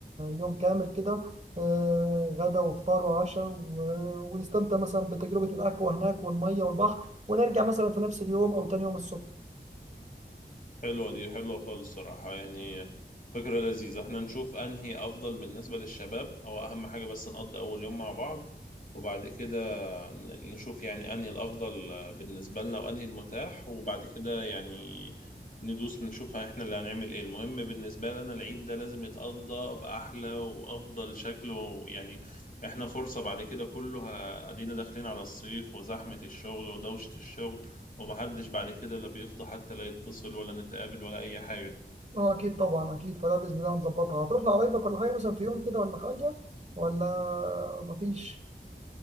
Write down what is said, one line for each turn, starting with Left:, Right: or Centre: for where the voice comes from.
Right: يوم كامل كده آه، غدا وفطار وعشاء و- ونستمتع مثلا بتجربة الأكوا هناك والمية والبحر ونرجع مثلا في نفس اليوم أو تاني يوم الصبح
Left: حلوة دي حلوة خالص صراحة يعني فكرة لذيذة احنا نشوف انهي افضل بالنسبة للشباب او اهم حاجة بس نقضي اول يوم مع بعض وبعد كده ن- نشوف يعني انهي الافضل بالنسبه لنا وانهي المتاح وبعد كده يعني ندوس نشوف احنا اللي هنعمل ايه المهم بالنسبه لنا العيد ده لازم يتقضى باحلى وافضل شكل ويعني احنا فرصه بعد كده كله ه- ادينا داخلين على الصيف وزحمه الشغل ودوشه الشغل ومحدش بعد كده لا بيفضى حتى لا يتصل ولا نتقابل ولا اي حاجه
Right: اه أكيد طبعا أكيد فده بإذن الله هنظبطها هتروح لقرايبك ولا حاجة مثلا في يوم كده ولا حاجة ولا مفيش